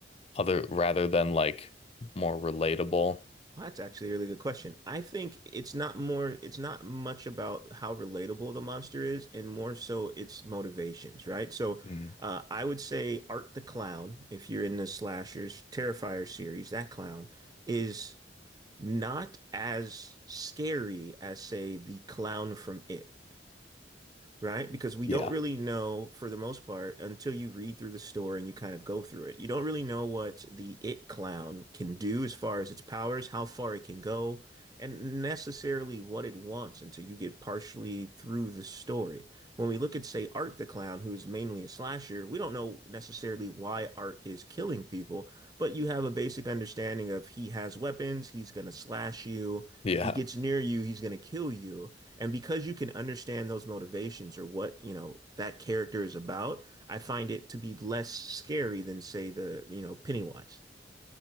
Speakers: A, on the left (about 35°); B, on the right (about 20°).
A: other rather than like more relatable.
B: Well, that's actually a really good question. I think it's not more, it's not much about how relatable the monster is, and more so its motivations, right? So,
A: Mm.
B: uh, I would say Art the Clown, if you're in the slashers, Terrifier series, that clown is not as scary as, say, the clown from It, right? Because we
A: Yeah.
B: don't really know, for the most part, until you read through the story and you kind of go through it, you don't really know what the it clown can do as far as its powers, how far it can go, and necessarily what it wants until you get partially through the story. When we look at, say, Art the clown who's mainly a slasher we don't know necessarily why art is killing people but you have a basic understanding of he has weapons he's going to slash you
A: Yeah,
B: if he gets near you he's going to kill you and because you can understand those motivations or what you know that character is about i find it to be less scary than say the you know pennywise